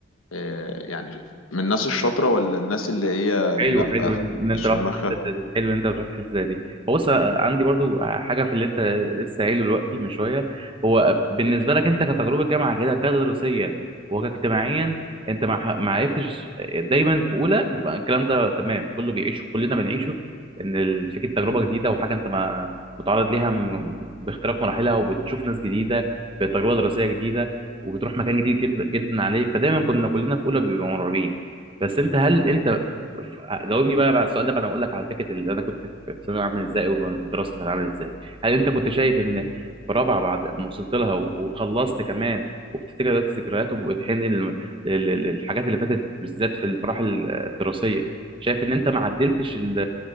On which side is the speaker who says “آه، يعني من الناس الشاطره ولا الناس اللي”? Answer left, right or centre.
Left